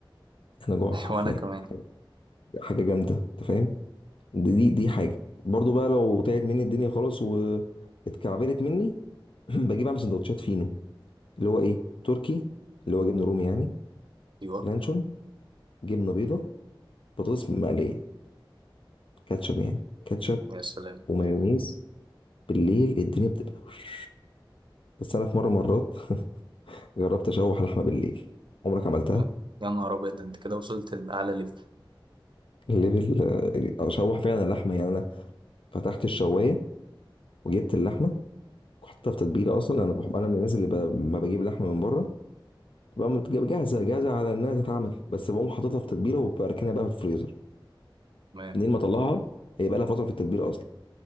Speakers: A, on the left; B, on the right.
A: انا جعت حرفيا
B: وانا كمان
A: حاجه حاجة جامده انت فاهم دي دي دي حاجه برضو بقى لو تعبت مني الدنيا خالص واتكعبلت مني <clears throat> بجيب اعمل سندوتشات فينو اللي هو ايه تركي اللي هو جبنه رومي يعني
B: ايوه
A: لانشون جبنه بيضه بطاطس مقليه كاتشب يعني كاتشب
B: يا سلام
A: ومايونيز بالليل الدنيا بتبقى وش. بس انا في مره مرات جربت اشوح لحمه بالليل عمرك عملتها
B: لا يا نهار ابيض ده انت كده وصلت لاعلى ليفل
A: الليفل آه، اشوح فعلا اللحمه يعني انا فتحت الشوايه وجبت اللحمه وحطيتها في تتبيله اصلا انا بحب انا من الناس اللي ب... ما بجيب لحمه من بره بقى متج- جاهزه جاهزه على انها تتعمل بس بقوم حاططها في تتبيله وبركنها بقى في الفريزر
B: تمام
A: منين ما اطلعها هي بقى لها فتره في التتبيله اصلا